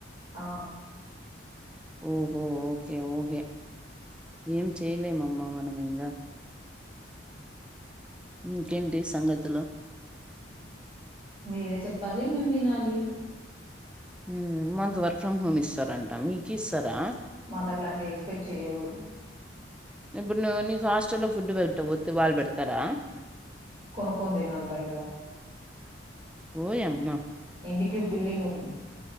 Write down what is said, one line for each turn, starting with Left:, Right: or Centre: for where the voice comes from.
Right: ఆ
Centre: ఓహో ఓకే ఓకే ఏం చేయలేమమ్మ మనం ఇంగ ఇంకేంటి సంగతులు
Right: మీరే చెప్పాలి మేం వినాలి
Centre: ఉమ్మ్ మాకు వర్క్ ఫ్రమ్ హోమ్ ఇస్తారంట మీకీ ఇస్తారా
Right: మాకు అట్లాంటి ఎక్స్పెక్ట్ చెయ్యకూడడు
Centre: ఇప్పుడు ను నీకు హాస్టల్లో ఫుడ్ పెట్టకపోతే వాళ్ళు పెడతారా
Right: కొనుక్కొని తినాలి బైట
Centre: ఓయమ్మ
Right: ఇండి క్యూ బిల్డింగ్ ఉంది